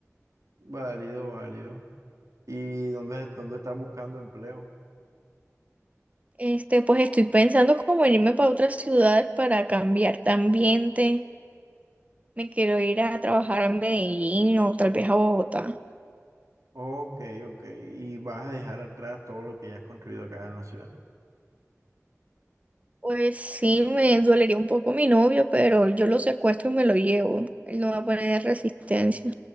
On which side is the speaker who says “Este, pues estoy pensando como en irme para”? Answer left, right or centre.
Right